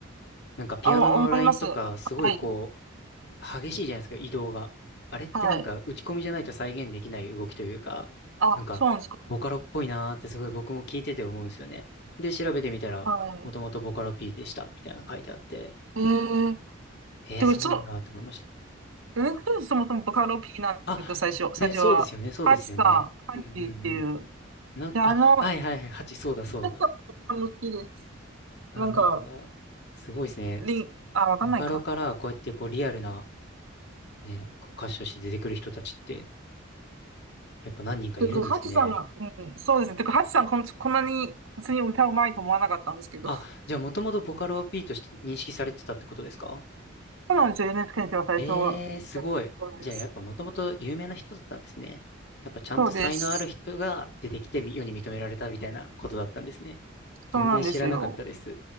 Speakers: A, on the left (about 55°); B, on the right (about 75°).
A: なんかピアノのラインとか、
B: あ、思います。は
A: すごいこ
B: い。
A: う、激しいじゃないですか、移動が。あれってなんか打ち込みじゃないと再現できない動きというか、
B: はい。あ、
A: なんか、
B: そうなんですか。
A: ボカロっぽいなーってすごい僕も聞いてて思うんですよね。で、調べてみたら、
B: は
A: もともとボカロ P でした、みたいなの書いてあって、
B: い。えー、
A: えー、
B: でも、
A: そうなんだって思いました。
B: そう、えーそもそもボカロ P なんですよ、
A: あ、
B: 最初、
A: ね、
B: 最初は。
A: そうですよね、そうですよね。
B: ハチさん、ハチっていう。
A: うんうんうん。なん、
B: で、あの、
A: あ、はいはいはい、8、そうだそうだ。
B: ハチさんも好きです。
A: あ、
B: なんか、
A: なんか、すごいですね。
B: リン、
A: す
B: あ、わかんないか。
A: ボカロからこうやってこうリアルな、ね、こう歌手として出てくる人たちって、やっぱ何人かいるんですね。
B: てか、ハチさんが、うん、そうですね。てか、ハチさんこん、こんなに普通に歌うまいと思わなかったんですけど。
A: あ、
B: そ
A: じゃあもともとボカロ B として認識されてたってことですか
B: うなんですよ。NHK の最初は。
A: えー、すごい。
B: そうです。
A: じゃあやっぱもともと有名な人だったんですね。やっぱちゃんと才能ある人が出てきてみ世に認められたみたいなことだったんですね。
B: そうです。
A: 全然知らなかったです。
B: そうなんですよ。